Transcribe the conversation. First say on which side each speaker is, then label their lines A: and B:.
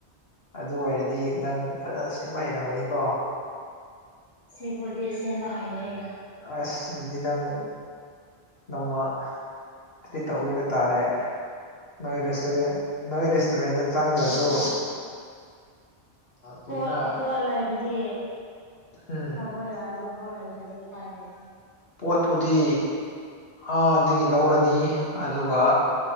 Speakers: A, on the left (about 60°); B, on the left (about 85°).
A: ꯑꯗꯨ ꯑꯣꯏꯔꯗꯤ ꯅꯪ ꯐꯖꯅ ꯁꯦꯝꯕ ꯍꯩꯔꯝꯒꯅꯤꯀꯣ
B: ꯁꯤꯕꯨꯗꯤ ꯁꯦꯝꯕ ꯍꯩꯔꯦ
A: ꯑꯁ ꯑꯗꯨꯗꯤ ꯅꯪ ꯅꯣꯡꯃ ꯇ꯭ꯔꯤꯠ ꯇꯧꯕꯤꯕ ꯇꯥꯔꯦ ꯅꯣꯏ ꯔꯦꯁꯇꯨꯔꯦꯟ ꯅꯣꯏ ꯔꯦꯁꯇꯨꯔꯦꯟꯗ ꯆꯪꯗ꯭ꯔꯁꯨ ꯀꯔꯤꯔꯥ
B: ꯄꯣꯠ ꯄꯣꯠ ꯂꯩꯔꯗꯤ
A: ꯎꯝ
B: ꯇꯧꯕ ꯌꯥꯏ ꯑꯗꯨ ꯄꯣꯠ ꯂꯩꯇ꯭ꯔꯗꯤ ꯎꯄꯥꯏ ꯂꯩꯗꯦ
A: ꯄꯣꯠꯄꯨꯗꯤ ꯑꯥꯗꯒꯤ ꯂꯧꯔꯅꯤ ꯑꯗꯨꯒ